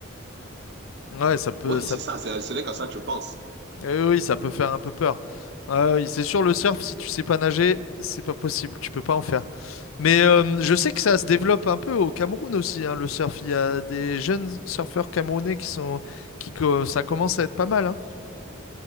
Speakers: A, on the left; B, on the right.
A: Ouais, ça peut,
B: Oui,
A: ça
B: c'est ça, c'est c'est à ça que je pense.
A: Eh oui, ça peut faire un peu peur. Ah oui, c'est sûr, le surf, si tu sais pas nager, c'est pas possible, tu peux pas en faire. Mais euh, je sais que ça se développe un peu au Cameroun aussi, hein, le surf. Il y a des jeunes surfeurs camerounais qui sont, qui, co- ça commence à être pas mal. hein.